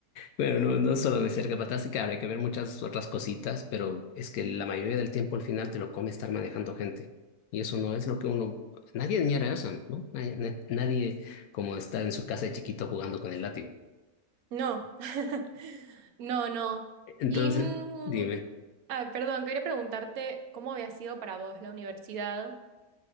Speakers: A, on the left (about 80°); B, on the right (about 75°).
A: Bueno, no, no solo de ser capataz, sí que habrá que ver muchas otras cositas, pero es que la mayoría del tiempo al final te lo come estar manejando gente. Y eso no es lo que uno... Nadie añora eso, ¿no? Nadie, na- nadie como está en su casa de chiquito jugando con el látigo.
B: No, <laughs> no, no.
A: Entonces,
B: Y, mm,
A: dime.
B: ah, perdón, quería preguntarte cómo había sido para vos la universidad,